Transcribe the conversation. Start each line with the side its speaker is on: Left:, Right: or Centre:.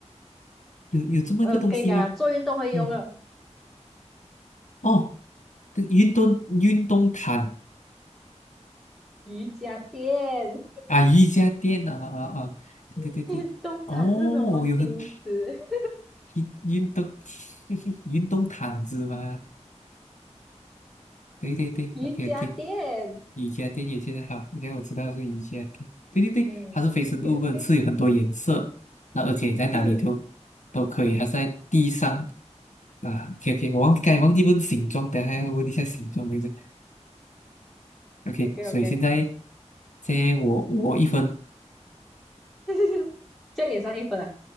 Left: 有有这么一个东西吗？
Centre: 呃，跟你讲啊，做运动会用了
Left: 嗯，哦，这运动运动毯
Centre: 瑜伽垫，
Left: 啊，瑜伽垫啊啊啊，
Centre: <laughs>
Left: 对对对。
Centre: 运动毯是什么新词？
Left: 哦，有很
Centre: <laughs>
Left: 运运动 <laughs> 运动毯子吗？对对对，OK
Centre: 瑜伽垫，
Left: OK，瑜伽垫也现在好，因为我知道是瑜伽垫。对对对，
Centre: 嗯，OK
Left: 它是非生物本是有很多颜色，
Centre: OK，
Left: 那而且在哪里都都可以，
Centre: 是
Left: 它是在地上啊。OK OK，我忘刚才忘记问形状，等一下要问一下形状对不对？OK，
Centre: OK
Left: 所以现在
Centre: OK，
Left: 现在我我一分，
Centre: <laughs> 这样也算一分啊。